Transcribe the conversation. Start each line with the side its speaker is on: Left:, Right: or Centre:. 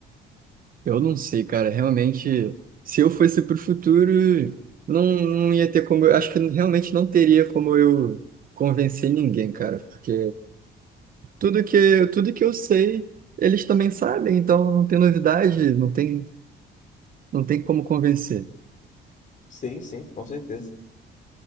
Right: eu não sei, cara, realmente, se eu fosse pro futuro, não, não ia ter como, eu, acho que realmente não teria como eu convencer ninguém, cara, porque tudo que, tudo que eu sei, eles também sabem, então não tem novidade, não tem Não tem como convencer.
Left: Sim, sim, com certeza.